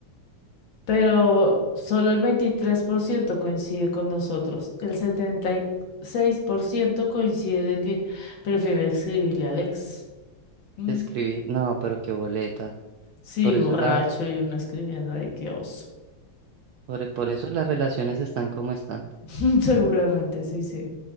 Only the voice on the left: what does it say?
pero solo el 23% coincide con nosotros. El 76% coincide de que prefiere escribirle a Alex. Mm,
Sí,
borracho
y uno escribiendo ahí, qué oso.
<laughs> Seguramente, sí, sí.